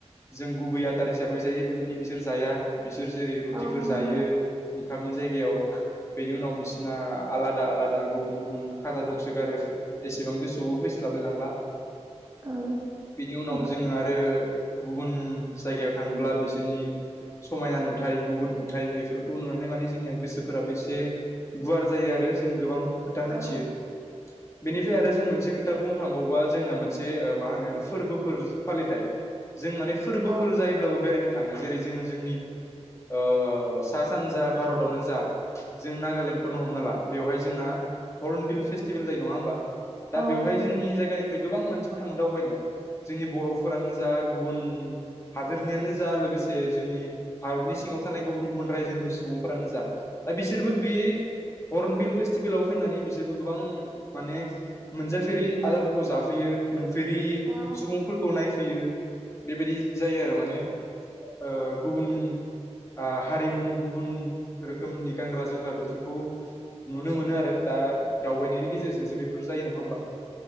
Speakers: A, on the left; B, on the right.
A: जों गुबै आदार हिसाबै जायो बेबायदि बिसोर जाया बिसोर जेरै रुटिफोर
B: औ नंगौ
A: जायो। ओंखामनि जायगायाव बेनि उनाव बिसिना आलादा आलादा गुबुन गुबुन खाजा दंसोगारो एसेबां गोसोआवबो फैस्लाबलाय लांला।
B: औ।
A: बिनि उनाव
B: नंगौ
A: जोङो आरो गुबुन जायगायाव थाङोब्ला बिसोरनि समायना नुथाय गुबुन नुथाय बेफोर खौ नुनानै माने जोंनिया गोसोफोराबो एसे गुवार जायो आरो जों गोबां खोथा मिथियो।
B: औ
A: बेनिफ्राय आरो जों मोनसे खोथा बुंनो थांबावोबा जोंना मोनसे ओ माहोनो फोरबोफोर फालिथाय जों माने फोरबोफोर
B: औ
A: जायोब्लाबो बेरायनो थाङो जेरै जोङो जोंनि ओ सा-सानजा भारतावनो जा जों नागालेण्डखौनो हमना ला बेवहाय जोंना हर्नबिल फेस्टिभेल जायो नङा होमबा? दा
B: औ
A: बेवहाय
B: नंगौ
A: जोंनि जायगानिफ्राय गोबां मानसिफोर थाङो दावबायनो। जोंनि बर'फोरानो जा गुबुन हादोरनियानो जा लोगोसे जोंनि भारतनि सिं- आव थानाय गुबुन गुबुन रायजोनि सुबुंफोरानो जा दा बिसोरबो बे हर्नबिल फेस्टिभेलाव फैनानै बिसोरबो गोबां माने मोनजाफेरि आदारफोरखौ जाफैयो। नुफेरि
B: औ
A: सुबुंफोरखौ नायफैयो बेबायदि जायोआरो माने ओ गुबुन आ हारिमु गुबुन रोखोमनि गानग्रा जोमग्रा बेफोरखौ नुनो मोनो आरो दा। दावबायनायनि गेजेरजोंसो बेफोर जायो नङा होमबा।